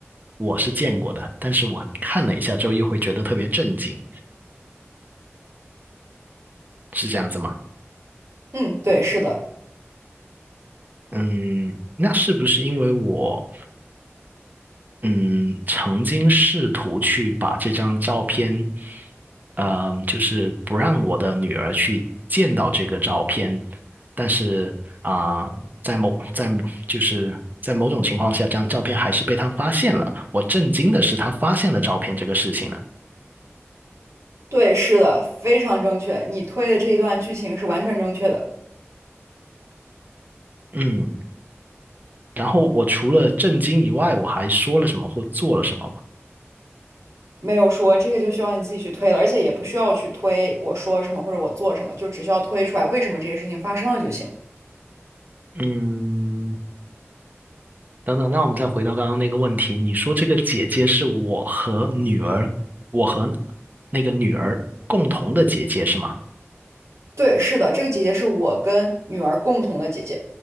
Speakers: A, on the right; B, on the right.
A: 我是见过的，但是我看了一下之后又会觉得特别震惊，是这样子吗？
B: 嗯，对，是的，
A: 嗯，那是不是因为我嗯曾经试图去把这张照片，嗯，就是不让我的女儿去见到这个照片，但是啊、在某在就是在某种情况下，这张照片还是被她发现了。我震惊的是她发现了照片这个事情呢，
B: 对，是的，非常正确。你推的这一段剧情是完全正确的，
A: 嗯，然后我除了震惊以外，我还说了什么或做了什么吗？
B: 没有说这个就需要你自己去推了，而且也不需要去推我说什么或者我做什么，就只需要推出来为什么这些事情发生了就行。
A: 嗯，等等，那我们再回到刚刚那个问题，你说这个姐姐是我和女儿，我和那个女儿共同的姐姐是吗？
B: 对，是的，这个姐姐是我跟女儿共同的姐姐。